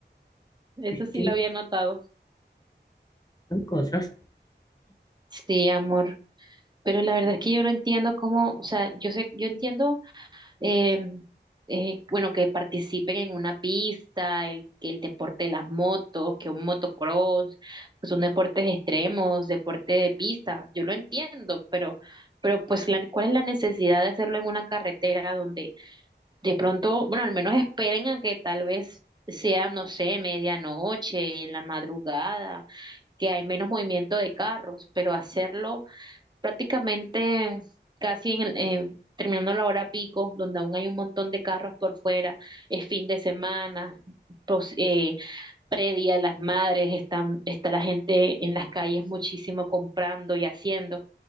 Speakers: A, on the right (about 25°); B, on the left (about 20°).
A: Eso
B: Es
A: sí
B: que
A: lo había notado.
B: son cosas
A: Sí, amor. Pero la verdad es que yo no entiendo cómo, o sea, yo sé, yo entiendo eh, eh, bueno, que participen en una pista, el, que el deporte de las motos, que un motocross, pues son deportes extremos, deporte de pista, yo lo entiendo, pero, pero pues la, ¿cuál es la necesidad de hacerlo en una carretera donde de pronto, bueno, al menos esperen a que tal vez sea, no sé, medianoche, en la madrugada, que hay menos movimiento de carros, pero hacerlo prácticamente casi en, el- eh, terminando la hora pico, donde aún hay un montón de carros por fuera, es fin de semana, pos- eh, predia de las madres, están, está la gente en las calles muchísimo comprando y haciendo.